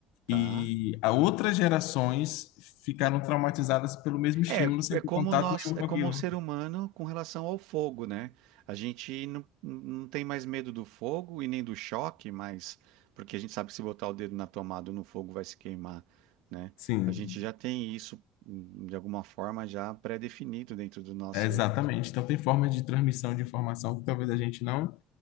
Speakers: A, on the right; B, on the left.
A: tá.
B: e a outras gerações ficaram traumatizadas pelo mesmo estímulo
A: É,
B: sem
A: é como
B: ter contato
A: nós,
B: nenhum
A: é
B: com
A: como
B: aquilo.
A: o ser humano com relação ao fogo, né? A gente não, não tem mais medo do fogo e nem do choque, mas porque a gente sabe que se botar o dedo na tomada ou no fogo vai se queimar, né?
B: Sim.
A: A gente já tem isso hum, de alguma forma já pré-definido dentro do nosso,
B: É, exatamente. Então tem formas de transmissão de informação que talvez a gente não